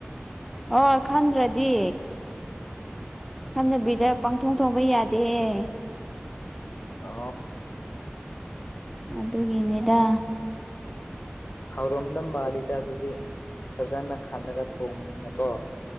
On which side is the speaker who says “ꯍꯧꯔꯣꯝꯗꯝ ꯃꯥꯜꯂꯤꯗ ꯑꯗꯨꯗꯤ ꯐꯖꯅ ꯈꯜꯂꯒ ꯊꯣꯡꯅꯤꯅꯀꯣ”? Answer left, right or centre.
Left